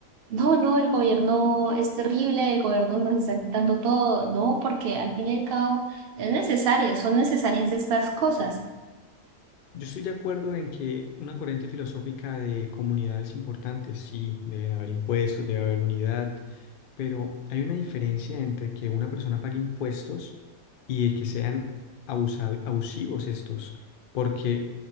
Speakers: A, on the right; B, on the left.
A: no, no, el gobierno es terrible, el gobierno nos está quitando todo, no, porque al fin y al cabo es necesaria, son necesarias estas cosas.
B: Yo estoy de acuerdo en que una corriente filosófica de comunidad es importante, sí, deben haber impuestos, debe haber unidad, pero hay una diferencia entre que una persona pague impuestos y de que sean abusa- abusivos estos, porque